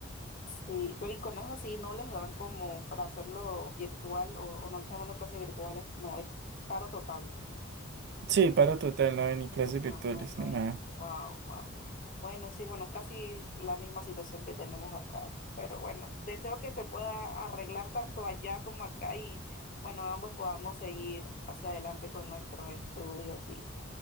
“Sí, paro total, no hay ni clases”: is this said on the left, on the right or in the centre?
Right